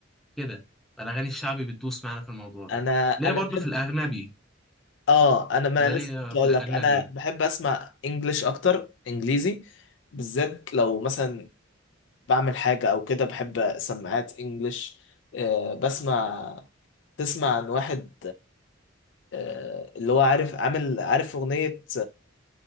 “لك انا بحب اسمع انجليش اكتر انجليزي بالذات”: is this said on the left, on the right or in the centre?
Left